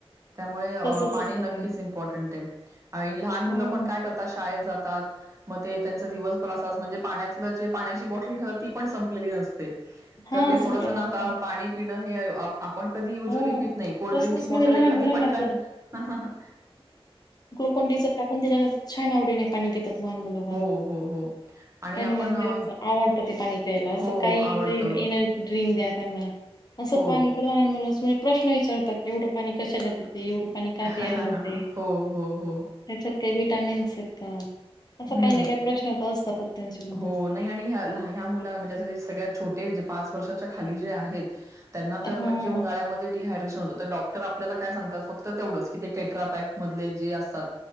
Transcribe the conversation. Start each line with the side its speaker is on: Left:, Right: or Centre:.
Right: त्यामुळे अ
Left: तसच
Right: पाणी
Left: असतं
Right: नक्कीच
Left: ते
Right: इम्पॉर्टट आहे. आणि लहान
Left: हो
Right: मुलं पण काय करतात, शाळेत जात पितात, म ते त्यांच दिवसभराचाच म्हणजे पाण्यातल जे पाण्याची बाॅटल घेतात ती पण संप संपलेली अस
Left: हा
Right: तर ते थोडसं
Left: संपले
Right: ना
Left: नसते
Right: आता... पाणी पिणं हे हेय आप आप पण कधी युजअली
Left: हो.
Right: पीत नाही, कोल्ड्रिंकची
Left: तसच
Right: बॉटल
Left: म्हणजे लहान
Right: एखादी
Left: मुलांना
Right: पटकन हह ह
Left: ग्लुकाॅन डी च टाकून देऊ. <unintelligible> छान आवडीने पाणी पिती पीतात लहान मुलं पण
Right: हो, हो, हो. आणि
Left: त्यांना
Right: आपण
Left: म्हणजे
Right: अ,
Left: अस आवडतं. ते पाणी प्यायला, अस
Right: हो
Left: काही
Right: आवडतं.
Left: एनर्जी ड्रिंक द्या त्यांना असं
Right: हो.
Left: पाणी तर लहान मुलास म्हणजे प्रश्न विचारतात... एवढं पाणी कशाला पिता? ते एवढं पाणी का
Right: हो,
Left: प्यायला लावतय?
Right: हो, हो.
Left: त्याच्यात काही विटामिन्स एत <inaudible> <unintelligible>
Right: हम्म
Left: <unintelligible> मनात
Right: हो नाही आणि ह ह्या मुला म्हणजे अस सगळ्यात छोटे जे पाच <unintelligible> वर्षाच्या खाली जे आहेत त्यांना तर
Left: हो
Right: म्हणजे उन्हाळ्यामध्ये डिहायड्रेशन होतं. तर डॉक्टर आपल्याला काय सांगतात... फक्त तेवढंच की, ते टेट्रापॅक मधले जे असतात